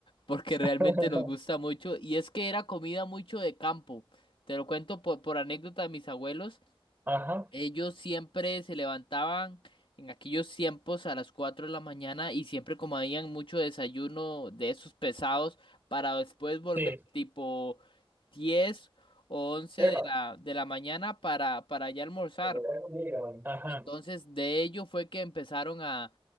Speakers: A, on the left (about 70°); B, on the right (about 20°).
A: porque realmente
B: <laughs>
A: nos gusta mucho. Y es que era comida mucho de campo. Te lo cuento por, por anécdota de mis abuelos.
B: Ajá,
A: Ellos siempre se levantaban en aquellos tiempos a las 4 de la mañana y siempre comían mucho desayuno de esos pesados para después volver
B: sí,
A: tipo 10 o 11
B: Pepa,
A: de la, de la mañana para, para ya almorzar.
B: te voy a comer, ¿no? ajá.
A: Entonces, de ello fue que empezaron a,